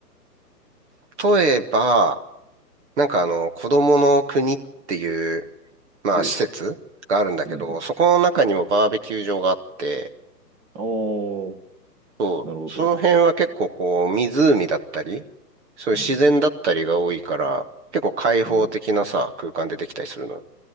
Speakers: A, on the right; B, on the right.
A: う。例えば、なんかあの、子供の国っていう、まあ、
B: おう。
A: 施設があるんだけど、
B: うんうん。
A: そこの中にもバーベキュー場があって、
B: ああ、
A: そう、
B: なるほど。
A: その辺は結構こう、湖だったり、そういう自然だったりが多いから、
B: うん。
A: 結構開放的なさ、
B: お
A: 空間でできたりするのよ。